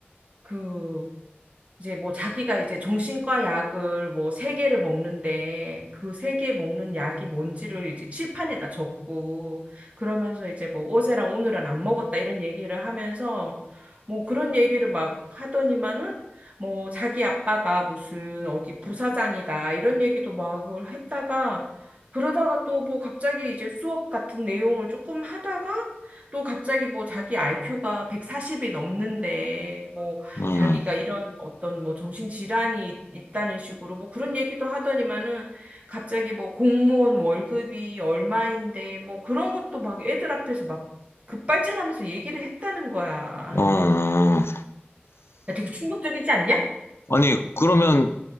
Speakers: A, on the right (about 35°); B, on the left (about 80°).
A: 그, 이제 뭐 자기가 이제 정신과 약을 뭐 세 개를 먹는데 그 세 개 먹는 약이 뭔지를 이제 칠판에다 적고 그러면서 이제 뭐 어제랑 오늘은 안 먹었다 이런 얘기를 하면서 뭐 그런 얘기를 막 하더니만은 뭐 자기 아빠가 무슨 어디 부사장이다 이런 얘기도 막 그걸 했다가 그러다가 또 뭐 갑자기 이제 수업 같은 내용을 조금 하다가 또 갑자기 뭐 자기 IQ가 140이 넘는데 뭐
B: 음,
A: 자기가 이런 어떤 뭐 정신질환이 있- 있다는 식으로 뭐 그런 얘기도 하더니만은 갑자기 뭐 공무원 월급이 얼마인데 뭐 그런 것도 막 애들 앞에서 막 급발진하면서 얘기를 했다는 거야.
B: 음.
A: 야, 되게 충격적이지 않냐?
B: 아니, 그러면